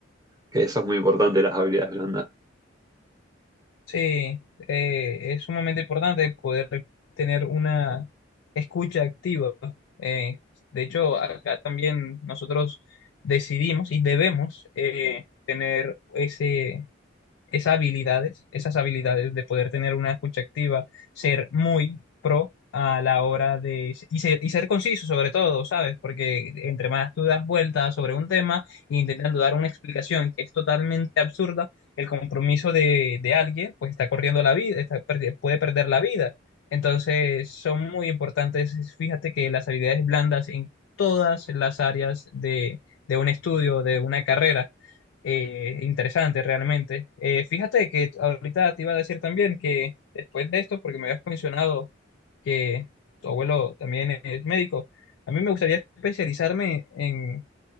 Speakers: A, on the right; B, on the left.
A: que eso es muy importante, las habilidades blandas.
B: Sí, eh, es sumamente importante poder tener una escucha activa. Eh, de hecho, acá también nosotros decidimos y debemos eh, tener ese esas habilidades, esas habilidades de poder tener una escucha activa, ser muy pro a la hora de... Y ser, y ser conciso sobre todo, ¿sabes? Porque entre más tú das vueltas sobre un tema e intentando dar una explicación que es totalmente absurda, el compromiso de, de alguien pues está corriendo la vida, está perdi- puede perder la vida. Entonces son muy importantes, fíjate que las habilidades blandas en todas las áreas de, de un estudio, de una carrera eh, interesante realmente. Eh, fíjate que ahorita te iba a decir también que después de esto, porque me habías mencionado que tu abuelo también es médico, a mí me gustaría especializarme en,